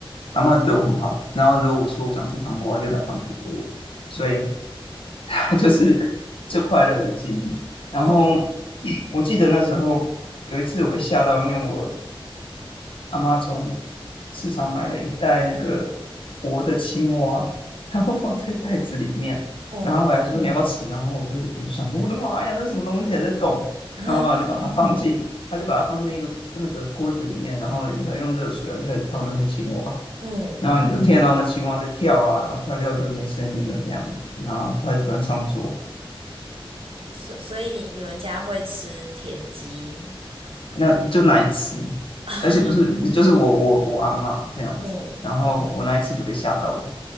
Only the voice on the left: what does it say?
阿嬷就对我很好。然后如果我说我想吃糖果，她就买糖果给我，所以 <laughs> 就是最快乐的记忆。然后
<clears throat> 我记得那时候有一次我被吓到，因为我阿妈从市场买了一袋那个活的青蛙，<laughs> 然后放在袋子里面，
然后回来就说你要不要吃？然后我就我就想说我的妈呀，那是什么东西还在动？
然后妈就把它放进，他就把它放进一个那个锅子里面，然后你要用热水啊，你开始烫那些青蛙，
然后你就听得到那青蛙在跳啊，然后跳一跳就没声音了这样子，然后她就端上桌，
那就难吃。
而且不是，就是我我我阿嬷这样子，
然后我那一次就被吓到了。